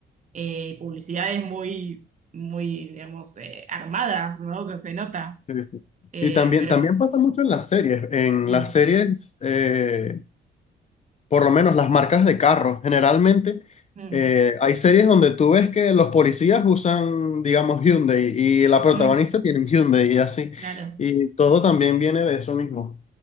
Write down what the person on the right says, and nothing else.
Eh, publicidades muy, muy, digamos, eh, armadas, ¿no? Que se nota.
Eh,
pero,
mm,
mm,
mm,
claro.